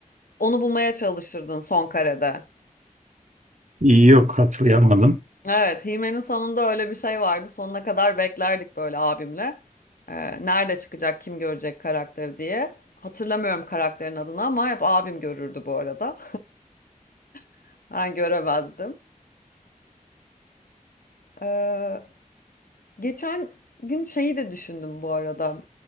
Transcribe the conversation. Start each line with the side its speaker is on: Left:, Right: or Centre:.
Left: onu bulmaya çalışırdın son karede.
Right: İyi yok hatırlayamadım.
Left: Evet, Hime'nin sonunda öyle bir şey vardı. Sonuna kadar beklerdik böyle abimle. Ee, nerede çıkacak, kim görecek karakteri diye. Hatırlamıyorum karakterin adını ama hep abim görürdü bu arada. <laughs> Ben göremezdim. Ee, Geçen gün şeyi de düşündüm bu arada.